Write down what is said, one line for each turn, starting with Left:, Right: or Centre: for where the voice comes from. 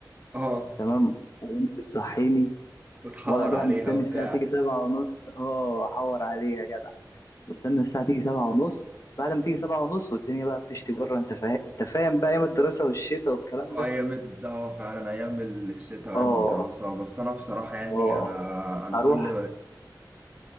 Right: اه
Left: تمام وامي بتصحيني
Right: وتحور
Left: وانا بقى
Right: عليها
Left: مستني
Right: وبتاع
Left: الساعه تيجي 7 ونص اه احور عليها يا جدع استنى الساعه تيجي 7 ونص بعد ما تيجي 7 ونص
Right: آه.
Left: والدنيا بقى بتشتي بره انت فاهم انت فاهم بقى ايام الدراسه والشتاء والكلام
Right: وايام
Left: ده
Right: ال- اه فعلا ايام الشتاء وايام
Left: اه
Right: الدراسة بس انا بصراحة يعني
Left: اه
Right: انا انا
Left: اروح
Right: كل